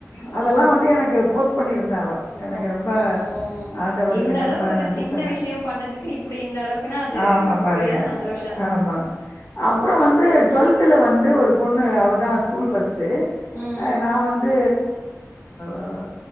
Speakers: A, on the left; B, on the left.
A: ஆஹ்
B: அதெல்லாம் வந்து எனக்கு போஸ்ட் பண்ணியிருந்தா அவ. எனக்கு
A: அ
B: ரொம்ப
A: உம்
B: ஆண்டவருக்கு
A: இந்த அளவுக்கு
B: ரொம்ப
A: ஒரு
B: நன்றி
A: சின்ன
B: சொன்னேன்.
A: விஷயம் பண்ணதுக்கு இப்படி இந்த அளவுக்குன்னா அது
B: ஆமா
A: ரொம்ப
B: பாருங்க.
A: பெரிய சந்தோஷ
B: ஆமா அப்ரோ வந்து டுவெல்த் துல வந்து ஒரு பொண்ணு அவதா ஃஸ்கூல் பஸ்ட் ட்டு
A: ம்
B: நா வந்து ஆஹ்